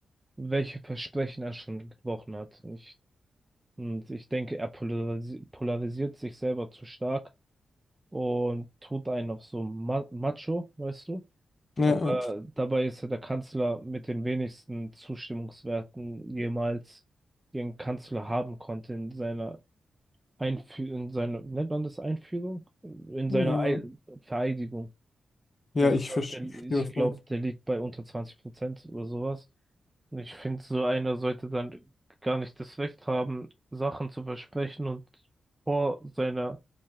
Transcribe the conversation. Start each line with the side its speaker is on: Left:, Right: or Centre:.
Right: welche Versprechen er schon gebrochen hat. Ich, und ich denke, er polarisi polarisiert sich selber zu stark und tut einen auf so Ma Macho, weißt du?
Left: Ja,
Right: Aber
Left: äh,
Right: dabei ist ja der Kanzler mit den wenigsten Zustimmungswerten jemals den Kanzler haben konnte in seiner Einführung, in seiner, nennt man das Einführung? In
Left: ja,
Right: seiner Ei Vereidigung.
Left: ja,
Right: Ich
Left: ich
Right: glaube,
Left: verstehe,
Right: der, ich
Left: was
Right: glaub,
Left: du meinst.
Right: der liegt bei unter 20 Prozent oder sowas. Und ich finde, so einer sollte dann gar nicht das Recht haben, Sachen zu versprechen und vor seiner